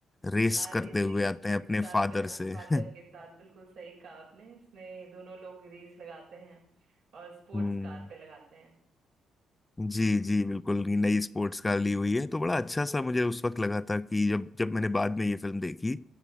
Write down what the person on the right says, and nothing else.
कार
रेसिंग
स्पोर्ट्स
कार
पे हाँ
फादर
के साथ बिल्कुल सही कहा आपने इसमें दोनों लोग रेस लगाते हैं और स्पोर्ट्स
कार पे लगाते हैं